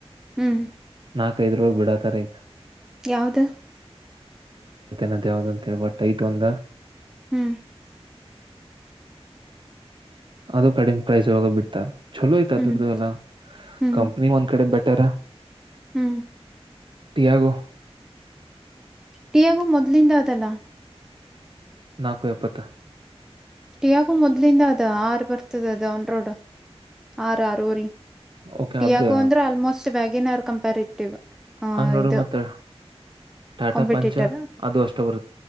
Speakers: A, in the centre; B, on the right.
A: ಹ್ಮ್
B: ನಾಕೈಐದ್ರಳಗೆ ಬಿಡತಾರೆ ಈಗ
A: ಯಾವ್ದ
B: ನದ್ ಯಾವ್ದ ಅಂತೇಳ ಬಟ್ ಯ್ತ ಒಂದ
A: ಹ್ಮ್
B: ಅದು ಕಡಿಮ ಪ್ರೈಸ್ ಇಾಗ ಬಿಡ್ತಾರ ಚಲೋ ಆಯ್ತದುರದು
A: ಹ್ಮ್
B: ಅಲ್ಲ
A: ಹ್ಮ್
B: ಕಂಪ್ನಿ ಒಂದ್ ಕಡೆ ಬೆಟ್ಟ ತ್ತರ
A: ಹ್ಮ್
B: ಿಯಾಗೋ
A: ಟಿಯಾಗು ಮೊದ್ಲಿಂದ ಅದಲ್ಲ
B: ನಕ ಯಪ್ಪತ್ತ
A: ಟಿಯಾಗು ಮೊದ್ಲಿಂದ ಅದ ಆರ್ ಬರ್ತದ ಅದ ಅವನ್ ರೋಡ್ ಆ ರ ಆಾರರಿ
B: ಓಕೆ
A: ಟಿಯಾಗೋ
B: ಅದ
A: ಅಂದ್ರೆ ಆಲ್ಮೋಸ್ಟ್ ವ್ಯಾಗೇನ್ ಕಂಪರ್ ಹಾ
B: ಹಂಗ್ ನೋಡ್ರಿ
A: ಇದು
B: ಮತ್ತ ಟಾಟಾ
A: ಕಾಂಪಿಟೇಟರ್
B: ಪಂಚ ಅದು ಅಷ್ಟು ಬರುತ್ತ